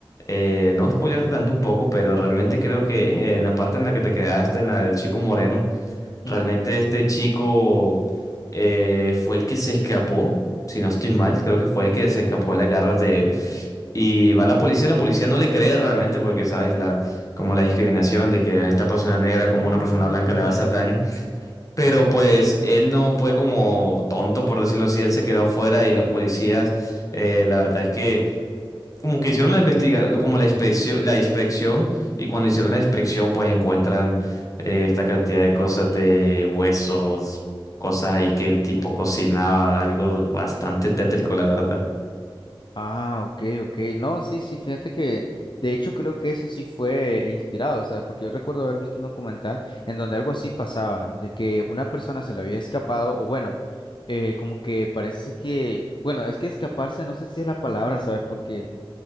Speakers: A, on the left; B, on the left.
A: eh, no spoilearte tanto un poco, pero realmente creo que en la parte en la que te quedaste, en la del chico moreno. Realmente
B: ujú,
A: este chico eh, fue el que se escapó, si no estoy mal, creo que fue el que se escapó de las garras de él. Y va la policía,
B: ok.
A: la policía no le cree realmente porque, sabes, la, como la discriminación de que a esta persona negra como
B: Mm,
A: una persona blanca
B: ujú,
A: le va a hacer daño. Pero
B: ujú,
A: pues él no fue como tonto, por decirlo así, él se quedó fuera y los policías, eh, la verdad es que... Como que hicieron la investiga, como la inspección, la inspección, y cuando hicieron la
B: ujú,
A: inspección,
B: ujú.
A: pues encuentran eh, esta cantidad de cosas de huesos, cosas ahí que el tipo cocinaba, algo bastante tétrico, la verdad.
B: Ah, ok, ok. No, sí, sí, fíjate que de hecho creo que eso sí fue inspirado, o sea, porque yo recuerdo haber visto un documental en donde algo así pasaba, de que una persona se le había escapado, o bueno, eh, como que parece que, bueno, es que escaparse no sé si es la palabra, ¿sabes? Porque